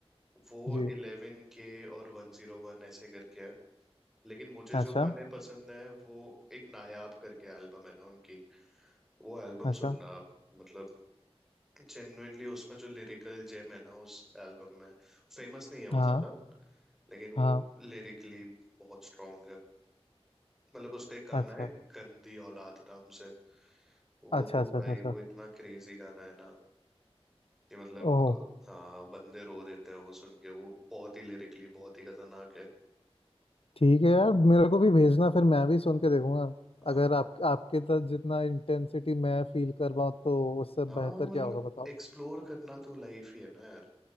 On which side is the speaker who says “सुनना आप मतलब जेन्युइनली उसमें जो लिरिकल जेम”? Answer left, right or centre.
Centre